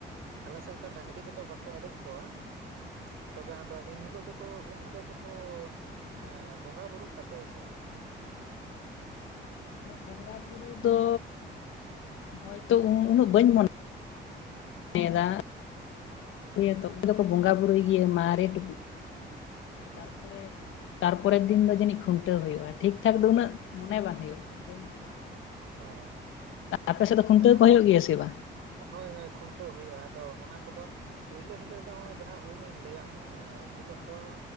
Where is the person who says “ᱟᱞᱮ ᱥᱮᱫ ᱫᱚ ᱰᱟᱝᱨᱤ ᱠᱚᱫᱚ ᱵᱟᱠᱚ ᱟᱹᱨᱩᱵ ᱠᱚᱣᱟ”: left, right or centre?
Right